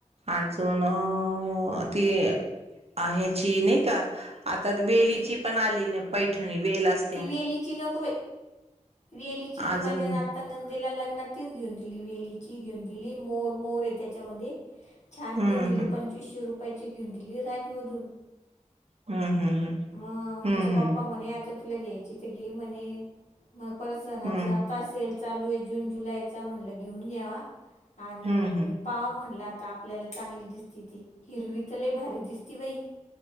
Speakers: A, on the right; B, on the left.
A: अजून ती अ ह्याची नाही का? आता वेलीची
B: का
A: पण आली ना पैठणी. वेल अस
B: ती वेलीची नको बाई. वेलीची मी
A: अजून
B: माझ्या ना आता नंदेला लग्नात तीच घेऊन दिली. वेलीचीय घेऊन दिली. मोर मोरे त्याच्यामध्ये. छान
A: हम्म
B: घेऊन दिली. पंचवीसशे रुपयाची घेऊन दिली राजमधून.
A: हम्म हम्म हम्म.
B: म इचे पप्पा
A: हम्म
B: म्हणे. आता तुला घ्यायची त घे म्हणे. मग परत सनाच
A: हम्म हम्म
B: आ ता सेल चालूये जून जुलैचा. म्हणलं घेऊन घ्यावा. आणि
A: हम्म
B: पाव म्हणल आता आपल्याला चांगली दिसती ती. हिरवी त लई भारी दिसती बाई.